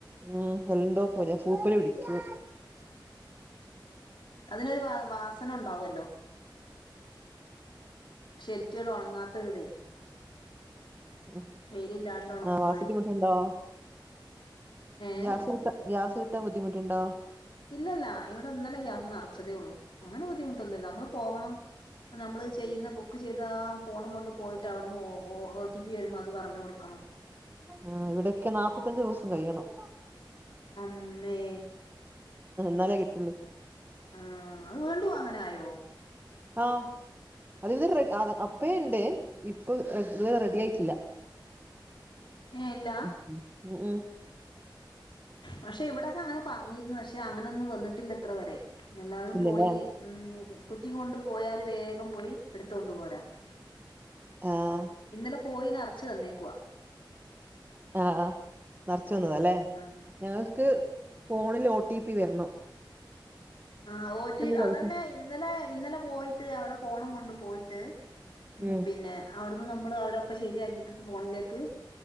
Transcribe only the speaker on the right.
ഉം എന്തൊ പോലെ പൂപ്പല് പിടിക്കും
ഉ
ആഹാ ഗ്യാസിന് ബുദ്ധിമുട്ട്ണ്ടോ?
ഗ്യസ് കിട്ടാ ഗ്യാസ് കിട്ടാ ബുദ്ധിമുട്ട്ണ്ടോ
ആ ഇവിടൊക്കെ നാല്പ്പത്തഞ്ചു ദിവസം കഴിയണം.
ന്നാലേ കിട്ടുള്ളൂ.
ആഹ അത് ഇത് വറേ റെഡി അപ്പയേണ്ട്
ഇപ്പൊ ഇതുവരെ റെഡിയായിട്ടില്ല
ഉം. ഉം
ഇല്ലല്ലേ
ആഹ്
ആഹ് നർച്ച് വന്നതാല്ലേ
ഞങ്ങക്ക് ഫോണിൽ ഒ ടി പി വര്ണം
ദിവസം
ഉം